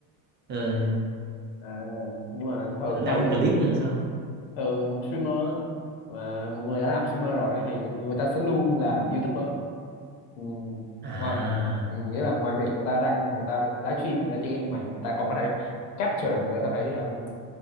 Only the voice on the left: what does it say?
à, nhưng mà thường
thường
thường streamer mà một người đã làm streamer rồi á thì người ta sẽ luôn là YouTuber ừ.
Ngoài, ừ, nghĩa là ngoài việc người ta đăng người ta livestream người ta chơi game như vậy người ta còn có thể capture người ta có thể um,